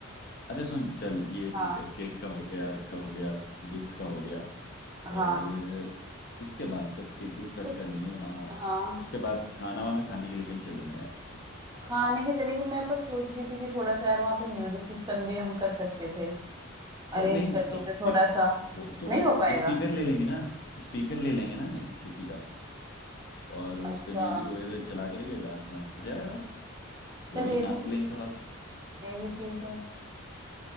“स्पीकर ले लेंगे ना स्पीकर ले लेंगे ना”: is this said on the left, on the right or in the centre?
Left